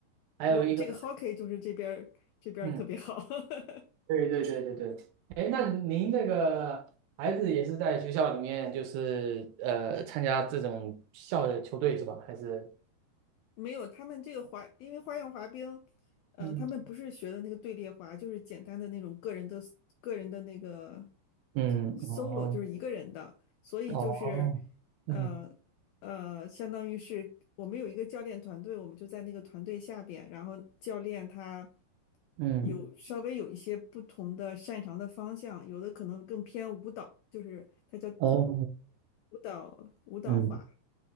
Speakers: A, on the right; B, on the left.
A: 还有一个
B: 我这个 hockey 就是这边儿这边儿特别好。
A: 嗯
B: <laughs>
A: 对对对对对，哎，那您那个孩子也是在学校里面，就是呃参加这种校的球队是吧？还是
B: 没有，他们这个滑，因为花样滑冰，嗯、
A: 嗯
B: 他们不是学的那个队列滑，就是简单的那种个人的个人的那个
A: 嗯，
B: solo，
A: 哦
B: 就是一个人的，所以就是，
A: 哦，
B: 呃
A: 嗯
B: 呃，相当于是我们有一个教练团队，我们就在那个团队下边，然后教练他
A: 嗯
B: 有稍微有一些不同的擅长的方向，有的可能更偏舞蹈，就是他叫
A: 哦，
B: 舞蹈舞蹈滑，
A: 嗯